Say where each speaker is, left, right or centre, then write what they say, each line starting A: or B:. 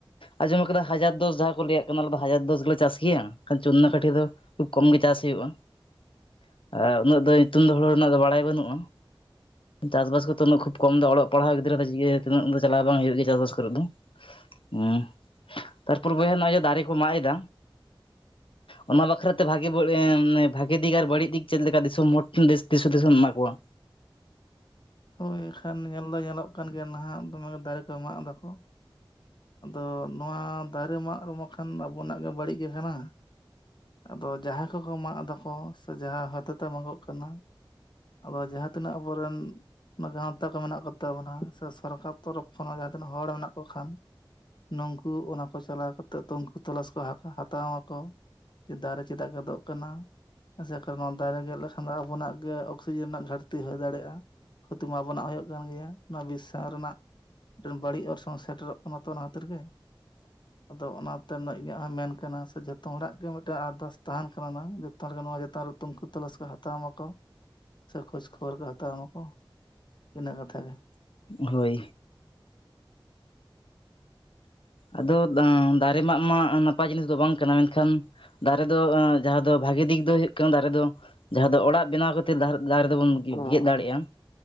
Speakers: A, on the left; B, on the left.
A: ᱟᱸᱡᱚᱢ ᱠᱟᱫᱟ ᱦᱟᱡᱟᱨ ᱫᱚᱥ ᱡᱟᱦᱟᱸ ᱠᱚ ᱞᱟᱹᱭᱟᱜ ᱠᱟᱱᱟ ᱚᱱᱟ ᱫᱚ ᱦᱟᱡᱟᱨ ᱫᱚᱥ ᱜᱮᱞᱮ ᱪᱟᱥ ᱜᱮᱭᱟ, ᱠᱷᱟᱱ ᱪᱩᱱᱱᱟᱹ ᱠᱟᱴᱷᱤ ᱫᱚ ᱠᱷᱩᱵ ᱠᱚᱢ ᱜᱮ ᱪᱟᱥ ᱦᱩᱭᱩᱜ-ᱟ ᱾ ᱟᱨ ᱩᱱᱟᱹᱜ ᱫᱚ ᱧᱩᱛᱩᱢ ᱫᱚ ᱦᱳᱲᱳ ᱨᱮᱱᱟᱜ ᱫᱚ ᱵᱟᱲᱟᱭ ᱵᱟᱹᱱᱩᱜ-ᱟ ᱾ ᱪᱟᱥᱵᱟᱥ ᱠᱚᱛᱚ ᱩᱱᱟᱹᱜ ᱠᱷᱩᱵ ᱠᱚᱢ ᱫᱚ ᱚᱞᱚᱜ ᱯᱟᱲᱦᱟᱣ ᱜᱤᱫᱽᱨᱟᱹ ᱫᱚ ᱪᱤᱠᱟᱹ ᱛᱤᱱᱟᱹᱜ ᱩᱱ ᱫᱚ ᱪᱟᱞᱟᱣ ᱫᱚ ᱵᱟᱝ ᱦᱩᱭᱩᱜ ᱜᱮ ᱪᱟᱥ ᱠᱚᱨᱮᱜ ᱫᱚ ᱾ ᱩᱸ ᱛᱟᱨᱯᱚᱨᱮ ᱵᱚᱭᱦᱟ ᱱᱚᱜ-ᱚᱭ ᱡᱮ ᱫᱟᱨᱮ ᱠᱚ ᱢᱟᱜ ᱮᱫᱟ ᱚᱱᱟ ᱵᱟᱠᱷᱨᱟ ᱛᱮ ᱵᱷᱟᱜᱮ <unintelligible> ᱵᱷᱟᱜᱤ ᱫᱤᱠ ᱟᱨ ᱵᱟᱹᱲᱤᱡ ᱫᱤᱠ ᱪᱮᱫ ᱞᱮᱠᱟ ᱫᱤᱥᱚᱢ ᱦᱚᱲ ᱴᱷᱮᱱ ᱫᱤᱥ ᱦᱩᱫᱤᱥ ᱮᱢ ᱮᱢᱟ ᱠᱚᱣᱟ?
B: ᱦᱳᱭ ᱟᱠᱷᱟᱱ ᱧᱮᱞ ᱫᱚ ᱧᱮᱞᱚᱜ ᱠᱟᱱ ᱜᱮᱭᱟ ᱱᱟᱦᱟᱜ ᱫᱚᱢᱮ ᱜᱮ ᱫᱟᱨᱮ ᱠᱚ ᱢᱟᱜ ᱫᱟᱠᱚ ᱾ ᱟᱫᱚ ᱱᱚᱣᱟ ᱫᱟᱨᱮ ᱢᱟᱜ ᱨᱮᱢᱚ ᱠᱷᱟᱱ ᱟᱵᱚᱱᱟᱜ ᱜᱮ ᱵᱟᱹᱲᱤᱡ ᱜᱮ ᱠᱟᱱᱟ ᱾ ᱟᱫᱚ ᱡᱟᱦᱟᱸᱭ ᱠᱚᱠᱚ ᱢᱟᱜ ᱮᱫᱟ ᱠᱚ ᱥᱮ ᱡᱟᱦᱟᱸ ᱦᱟᱛᱟ ᱛᱮ ᱢᱟᱜᱚᱜ ᱠᱟᱱᱟ ᱟᱵᱟᱨ ᱡᱟᱦᱟᱸ ᱛᱤᱱᱟᱹᱜ ᱟᱵᱚ ᱨᱮᱱ ᱚᱱᱟ ᱜᱟᱶᱛᱟ ᱠᱚ ᱢᱮᱱᱟᱜ ᱠᱚ ᱛᱟᱵᱚᱱᱟ ᱥᱮ ᱥᱚᱨᱠᱟᱨ ᱛᱚᱨᱚᱯᱷ ᱠᱷᱚᱱᱟᱜ ᱡᱟᱦᱟᱸ ᱛᱤᱱᱟᱹᱜ ᱦᱚᱲ ᱢᱮᱱᱟᱜ ᱠᱚ ᱠᱷᱟᱱ ᱱᱩᱝᱠᱩ ᱚᱱᱟ ᱠᱚ ᱪᱟᱞᱟᱣ ᱠᱟᱛᱮᱫ ᱛᱚ ᱩᱱᱠᱩ ᱛᱚᱞᱟᱥ ᱠᱚ ᱦᱟᱛᱟ ᱦᱟᱛᱟᱣ ᱢᱟᱠᱚ ᱾ ᱡᱮ ᱫᱟᱨᱮ ᱪᱮᱫᱟᱜ ᱜᱮᱫᱚᱜ ᱠᱟᱱᱟ? ᱮᱥᱮ ᱠᱟᱨᱚᱱ ᱱᱚᱣᱟ ᱫᱟᱨᱮ ᱜᱮᱫ ᱞᱮᱠᱷᱟᱱ ᱫᱚ ᱟᱵᱚᱱᱟᱜ ᱜᱮ ᱚᱠᱥᱤᱡᱮᱱ ᱨᱮᱱᱟᱜ ᱜᱷᱟᱴᱛᱤ ᱦᱩᱭ ᱫᱟᱲᱮᱜ-ᱟ ᱾ ᱠᱷᱚᱛᱤ ᱢᱟ ᱟᱵᱚᱱᱟᱜ ᱦᱩᱭᱩᱜ ᱠᱟᱱ ᱜᱮᱭᱟ, ᱱᱚᱣᱟ ᱵᱤᱥᱥᱟᱢ ᱨᱮᱱᱟᱜ ᱢᱮᱫᱴᱮᱱ ᱵᱟᱹᱲᱤᱡ ᱚᱨᱥᱚᱝ ᱥᱮᱴᱮᱨᱚᱜ ᱠᱟᱱᱟ ᱛᱚ ᱚᱱᱟ ᱠᱷᱟᱹᱛᱤᱨ ᱜᱮ ᱾
A: <unintelligible>
B: ᱟᱫᱚ ᱚᱱᱟᱛᱮ ᱚᱱᱮ ᱤᱧᱟᱹᱜ ᱦᱚᱸ ᱢᱮᱱ ᱠᱟᱱᱟ ᱥᱮ ᱡᱚᱛᱚ ᱦᱚᱲᱟᱜ ᱜᱮ ᱢᱤᱫᱴᱟᱝ ᱟᱨᱫᱟᱥ ᱛᱟᱦᱮᱱ ᱠᱟᱱᱟ ᱱᱟᱝ ᱛᱟᱦᱞᱮ ᱠᱷᱟᱱ ᱱᱚᱣᱟ ᱪᱮᱛᱟᱱ ᱨᱮ ᱛᱩᱝᱠᱩ ᱛᱚᱞᱟᱥ ᱠᱚ ᱦᱟᱛᱟᱣ ᱢᱟᱠᱚ ᱥᱮ ᱠᱷᱳᱡᱽ ᱠᱷᱚᱵᱚᱨ ᱠᱚ ᱦᱟᱛᱟᱣ ᱢᱟᱠᱚ ᱾ ᱤᱱᱟᱹ ᱠᱟᱛᱷᱟ ᱜᱮ ᱾
A: ᱦᱳᱭ ᱾ ᱟᱫᱚ ᱟᱸ ᱫᱟᱨᱮ ᱢᱟᱜ ᱢᱟ ᱱᱟᱯᱟᱭ ᱡᱤᱱᱤᱥ ᱫᱚ ᱵᱟᱝ ᱠᱟᱱᱟ ᱢᱮᱱᱠᱷᱟᱱ ᱫᱟᱨᱮ ᱫᱚ ᱡᱟᱦᱟᱸ ᱫᱚ ᱵᱷᱟᱜᱤ ᱫᱤᱠ ᱫᱚ ᱦᱩᱭᱩᱜ ᱠᱟᱱᱟ ᱫᱟᱨᱮ ᱫᱚ ᱡᱟᱦᱟᱸ ᱫᱚ ᱚᱲᱟᱜ ᱵᱮᱱᱟᱣ ᱠᱷᱟᱹᱛᱤᱨ ᱫᱟᱨᱮ ᱫᱚᱵᱚᱱ ᱜᱮᱫ ᱫᱟᱲᱮᱜᱼᱟ ᱾